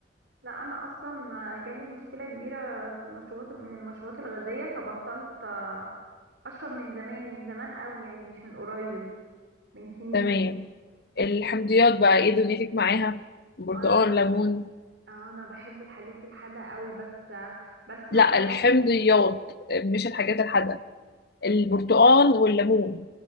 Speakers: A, on the right; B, on the left.
A: لا انا اصلا جالي مشكله كبيره في المشروبات من المشروبات الغازيه فبطلت اشرب من زمان من زمان قوي يعني مش من قريب من سنين
B: تمام الحمضيات بقى ايه دنيتك معاها برتقال
A: انا ب...
B: ليمون
A: انا بحب الحاجات الحادقه قوي بس بس لا
B: لا
A: يعني
B: الحمضيات مش الحاجات الحادقة البرتقال والليمون